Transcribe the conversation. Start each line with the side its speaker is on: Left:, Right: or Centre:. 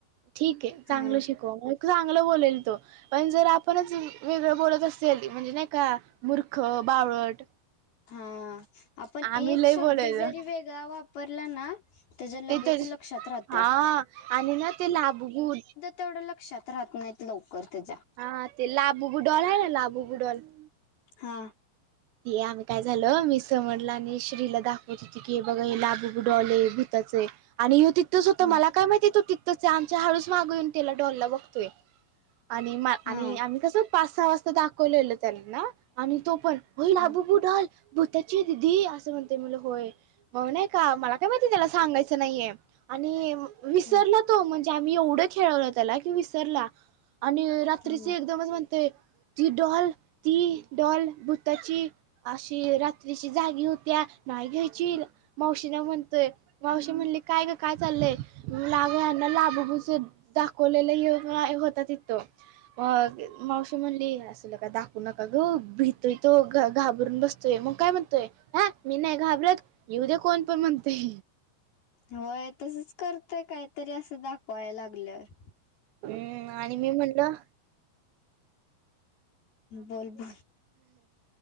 Right: ठीक आहे चांगलं
Left: हा
Right: शिकव म चांगल बोलेल तो पण जर आपणच वेगळं बोलत असतो ली म्हणजे नाही का मूर्ख बावळट
Left: हा आपण
Right: आम्ही
Left: एक
Right: लय
Left: शब्द
Right: बोलायचं
Left: जरी वेगळा वापरला ना त्याच्या लगेच
Right: ते तर
Left: लक्षात राहतो
Right: हा आणि ना ते लाभगु
Left: तेवढं लक्षात राहत नाहीत लवकर त्याच्या
Right: हा ते लाबूबु डॉल आहे ना लाबूबू डॉल
Left: हां
Right: हे आम्ही काय झालं मी समदला आणि श्रीला दाखवत होती की हे बघा हे लाबूबू डॉले भूताचे आणि ह्यो तीत थंच होता
Left: हम्म
Right: मला काय माहिती तो तिथच हे आमच्या हाळूचं मागं येऊन त्याला डॉलला बघतोय आणि म
Left: हा
Right: आणि आम्ही कसं पाच सहा वाजता दाखवलेलं त्यांनी ना आणि तो पण हो लाबूबू
Left: ह
Right: डॉल भूताची आहे दिदी असं म्हणतंय मला होय भाऊ नायं का मला काय माहिती त्याला सांगायचं नाहीये आणि विसरलं
Left: ह
Right: तो म्हणजे आम्ही एवढं खेळवलं त्याला की विसरला आणि रात्रीचं
Left: ह
Right: एकदमच म्हणतंय ती डॉल ती डॉल भु ताची अशी रात्रीची जागी होत्या नाही घ्यायची मावशी ना म्हणतोय मावशी म्हणली काय ग काय चालय मी म्हंटलं अगं यांना लाभूभू चं दाखवलेलं यो होता तिथं. मग मावशी म्हणली असलं कायं दाखवू नका गं भीत त तो इथं घाबरून बसतोय मग काय म्हणतोय हा मी नाही घाबरत. येऊ दे कोण पण म्हणतोय
Left: होय तसच करतय काहीतरी असं दाखवाय लागल्यावर
Right: हम्म आणि मी म्हणलं
Left: बोल बोल